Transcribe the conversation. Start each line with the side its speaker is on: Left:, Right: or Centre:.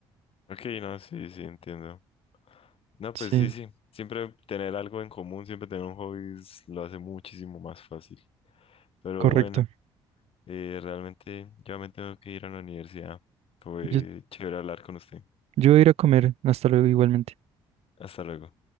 Left: Ok, no, sí, sí, entiendo. No,
Right: Sí,
Left: pues sí, sí. Siempre tener algo en común, siempre tener un hobby es- lo hace muchísimo más fácil. Pero
Right: correcto.
Left: bueno, eh, realmente yo me tengo que ir a la universidad. Fue
Right: Yo,
Left: chévere hablar con usted.
Right: yo voy a ir a comer. Hasta luego igualmente.
Left: Hasta luego.